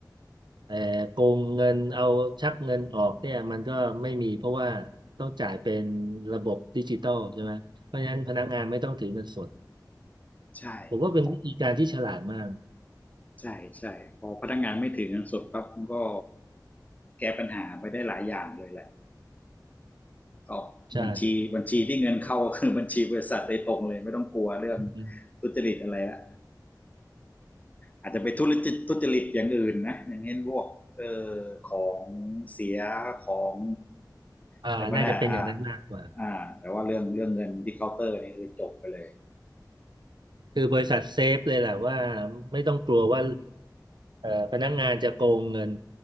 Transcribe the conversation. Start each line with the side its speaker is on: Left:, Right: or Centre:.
Right: เอ่อโกงเงินเอาชักเงินออกเนี่ยมันก็ไม่มีเพราะว่าต้องจ่ายเป็นระบบดิจิตอลใช่ไหมเพราะฉะนั้นพนักงานไม่ต้องถือเงินสด
Left: ใช่ของ
Right: ผมว่าเป็นวิธีการที่ฉลาดมาก
Left: ใช่ใช่พอพนักงานไม่ถือเงินสดครับมันก็แก้ปัญหาไปได้หลายอย่างเลยแหละก็บัญชีบัญชีที่เงินเข้าก็
Right: ใช่
Left: <laughs> คือบัญชีบริษัทโดยตรงเลยไม่ต้องกลัวเรื่อง
Right: อืม
Left: ทุจริตอะไรละอาจจะไปทุจริตทุจริตอย่างอื่นนะอย่างเช่นพวกเออของเสียของ
Right: อ่าน่าจะเป็นอย่างนั้นมากกว่า
Left: อะไรพวกนั้นอ่าอ่าแต่ว่าเรื่องเรื่องเงินที่เคาน์เตอร์นี่คือจบไปเลย
Right: คือบริษัทเซฟเลยแหละว่าไม่ต้องกลัวว่าเอ่อพนักงานจะโกงเงิน